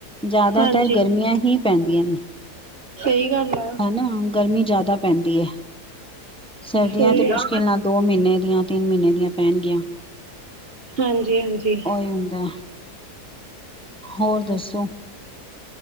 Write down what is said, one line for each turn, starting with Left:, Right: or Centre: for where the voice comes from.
Centre: ਜਾਦਾਤਰ
Right: ਹਾਂਜੀ
Centre: ਗਰਮੀਆਂ ਹੀ ਪੈਂਦੀਆਂ ਨੇ।
Right: ਸਹੀ ਗੱਲ ਆ।
Centre: ਨਾ ਗਰਮੀ ਜਿਆਦਾ ਪੈਂਦੀ ਏ, ਸਰਦੀਆਂ
Right: ਸਹੀ
Centre: ਤੇ ਮੁਸ਼ਕਿਲ
Right: ਆ।
Centre: ਨਾਲ ਦੋ ਮੀਨੇ ਦੀਆਂ, ਤਿੰਨ ਮੀਨੇ ਦੀਆਂ ਪੈਣਗੀਆਂ।
Right: ਹਾਂਜੀ ਹਾਂਜੀ
Centre: ਔਈ ਹੁੰਦੈ, ਹੋਰ ਦੱਸੋ?